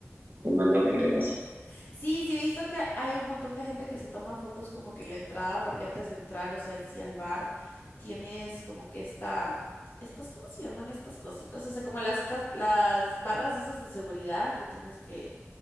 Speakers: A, on the right (about 40°); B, on the left (about 45°).
A: tomando
B: Ajá.
A: cualquier cosa.
B: Sí, sí he visto que hay un montón de gente que se toma fotos como que la entrada, porque antes de entrar, o sea, en sí al bar, tienes como que esta, estas, ¿cómo se llaman estas cositas? O sea, como las, cas- las barras esas de seguridad que tienes que